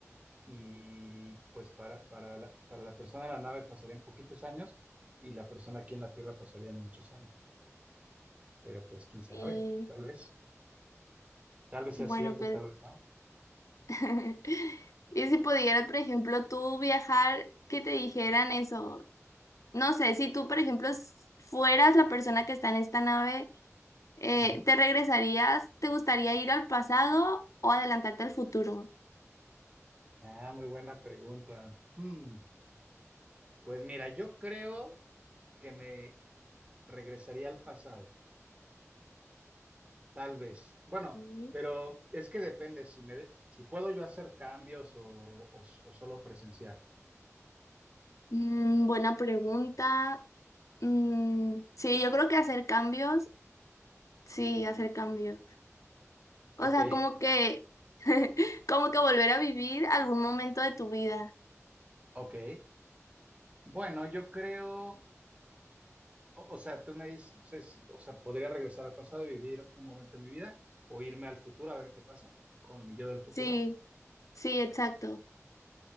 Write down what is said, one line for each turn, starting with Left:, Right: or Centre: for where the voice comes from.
Right: y pues para, para la, para la persona de la nave pasarían poquitos años y la persona aquí en la Tierra pasarían muchos años. Pero pues quién sabe,
Left: Y
Right: tal vez, tal vez
Left: bueno,
Right: sea cierto,
Left: pues,
Right: tal vez no.
Left: <laughs> y si pudieras, por ejemplo, tú viajar, que te dijeran eso, no sé, si tú, por ejemplo, s- fueras la persona que está en esta nave, eh,
Right: Ujú.
Left: ¿te regresarías? ¿Te gustaría ir al pasado o adelantarte al futuro?
Right: Ah, muy buena pregunta. Hmm, Pues mira, yo creo que me regresaría al pasado, tal vez. Bueno,
Left: Mm.
Right: pero es que depende si me, si puedo yo hacer cambios o, o o solo presenciar.
Left: Mm, buena pregunta. Mm, sí, yo creo que hacer cambios, sí, hacer cambios. O
Right: Ok,
Left: sea, como que, <laughs> como que volver a vivir algún momento de tu vida.
Right: <laughs> ok. Bueno, yo creo. O, o sea, tú me dices, o sea, podría regresar al pasado y vivir un momento en mi vida o irme al futuro a ver qué pasa con mi yo del futuro.
Left: Sí, sí, exacto.